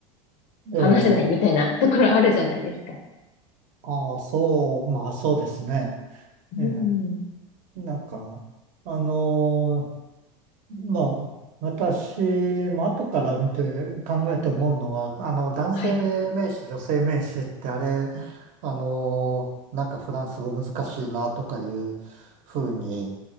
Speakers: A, on the right (about 50°); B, on the left (about 55°).
A: ええ、
B: 話せないみたいなところあるじゃないですか。
A: ああ、そう、まあ、そうですね。
B: うん。
A: ええ、なんか、あのーまあ、私も後から見て考えて思うのは、あの、男性名詞、
B: はい、
A: 女性名詞ってあれ、あの、なんかフランス語難しいなとかいうふうに、